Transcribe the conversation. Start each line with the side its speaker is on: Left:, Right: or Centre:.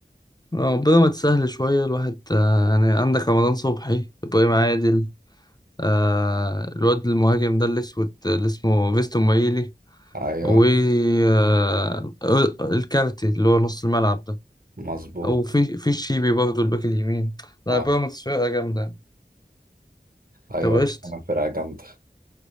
Left: ربنا ما تسهل شوية الواحد آه، يعني عندك رمضان صبحي إبراهيم عادل آه، الواد المهاجم ده الأسود اللي اسمه فيستون مايلي
Right: ايوه
Left: و آه، الكارتي اللي هو نص الملعب ده
Right: مظبوط
Left: أو في في الشيبي برضه الباك اليمين لا
Right: آه.
Left: بيراميدز فرقة جامدة
Right: ايوه
Left: طب قشطة
Right: انا فرقة جامدة